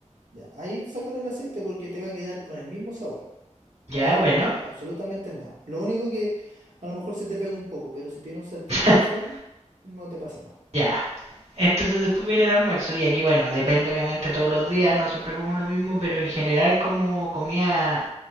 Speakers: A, on the right; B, on the right.
A: ya, ahí sácale el aceite porque te va a quedar con el mismo sabor, no
B: Ya,
A: te va
B: bueno.
A: a cambiar en- absolutamente nada. Lo único que a lo mejor se te pega un poco, pero si tiene un sartén
B: <laughs>
A: de teflón, no te pasa nada.
B: Ya. Entonces después viene el almuerzo y aquí, bueno, depende obviamente todos los días, no siempre como lo mismo, pero en general como comía,